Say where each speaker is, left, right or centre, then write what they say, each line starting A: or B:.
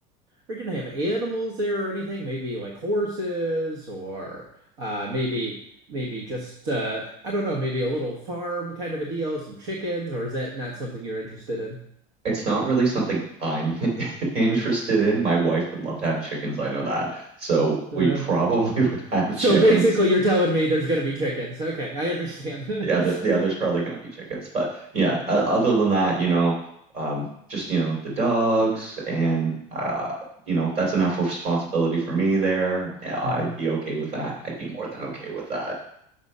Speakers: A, on the right (about 65°); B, on the right (about 40°).
A: are you gonna have animals there or anything? Maybe like horses or uh maybe maybe just uh I don't know, maybe a little farm kind of a deal, some chickens, or is that not something you're interested in?
B: It's not really something I'm <laughs> interested in. My wife would love to have chickens, I know that. So we
A: Well.
B: probably <laughs> would have
A: So
B: chickens.
A: basically, you're telling me there's going to be chickens. Okay, I understand. <laughs>
B: The other, the other's probably going to be chickens, but yeah. o- Other than that, you know, um, just you know, the dogs and uh, you know, that's enough responsibility for me there. Yeah, I'd
A: Mhm.
B: be okay with that. I'd be more than okay with that.